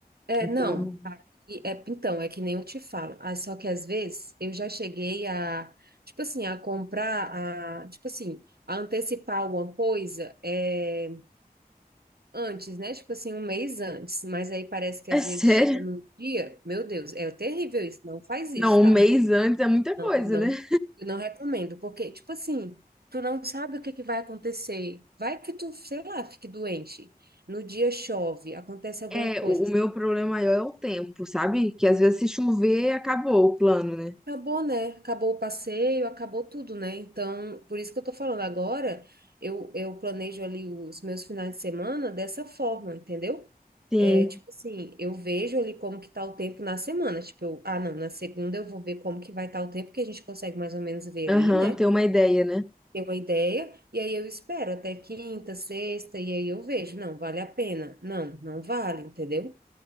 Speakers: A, on the right; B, in the centre.
A: É,
B: Então,
A: não. Ah, E é- então, é que nem eu te falo. Ah, só que às vezes eu já cheguei a, tipo assim, a comprar, a, tipo assim, a antecipar alguma coisa é, antes, né? Tipo assim, um mês antes. Mas aí parece que
B: <laughs> é
A: às
B: sério.
A: vezes chega num dia, meu Deus, é terrível isso. Não faz isso,
B: Não,
A: tá?
B: um mês antes é muita
A: <laughs>
B: coisa,
A: Não, eu não,
B: né?
A: eu não recomendo, porque, tipo assim, tu não sabe o que que vai acontecer. Vai que tu, sei lá, fique doente. No dia chove, acontece alguma
B: É,
A: coisa.
B: o o meu problema maior é o tempo, sabe? Que às vezes se chover, acabou o plano, né?
A: Acabou, né? Acabou o passeio, acabou tudo, né? Então, por isso que eu tô falando agora, eu, eu planejo ali os meus finais de semana dessa forma, entendeu?
B: Sim,
A: É tipo assim, eu vejo ali como que tá o tempo na semana. Tipo, eu, ah, não, na segunda eu vou ver como que vai estar o tempo, que a gente consegue mais ou menos ver
B: aham,
A: ali, né?
B: ter uma ideia, né?
A: Ter uma ideia, e aí eu espero até quinta, sexta, e aí eu vejo, não, vale a pena. Não, não vale, entendeu?